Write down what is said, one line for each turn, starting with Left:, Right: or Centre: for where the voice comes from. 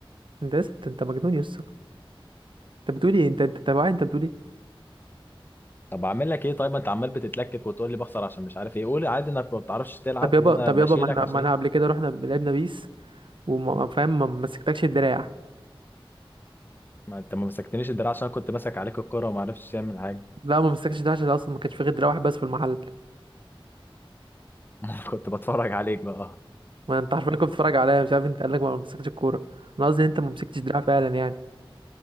Right: انت لسه انت أنت مجنون يا اسطى انت بتقول ايه انت انت انت واعي انت بتقول ايه
Left: طب اعمل لك ايه طيب ما انت عمال بتتلكك وتقول لي بخسر عشان مش عارف ايه قول عادي انك ما بتعرفش تلعب
Right: طب يابا
Left: وانا
Right: طب
Left: بشيلك
Right: يابا ما احنا
Left: عشان
Right: ما انا
Left: إيه؟
Right: قبل كده رحنا لعبنا بيس وما فاهم ما مسكتكش الدراع
Left: ما انت ما مسكتنيش الدراع عشان انا كنت ماسك عليك الكرة وما عرفتش تعمل حاجة
Right: لا ما مسكتش الدراع عشان اصلا ما كانش في غير دراع واحد بس في المحل
Left: <laughs> ما انا كنت بتفرج عليك بقى
Right: ما انت حرفيا كنت بتتفرج عليا مش عارف انت قال لك ما مسكتش الكوره انا قصدي ان انت ما مسكتش دراع فعلا يعني